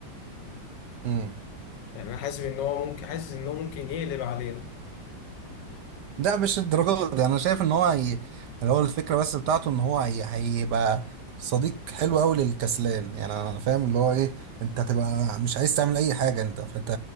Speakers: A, on the right; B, on the left.
A: مم.
B: يعني انا حاسس ان هو ممكن حاسس ان هو ممكن يقلب علينا
A: لا مش الدرجات دي انا شايف ان هو هي... اللي هو الفكره بس بتاعته ان هو هي... هيبقى صديق حلو قوي للكسلان يعني انا فاهم اللي هو ايه انت هتبقى مش عايز تعمل اي حاجه انت فانت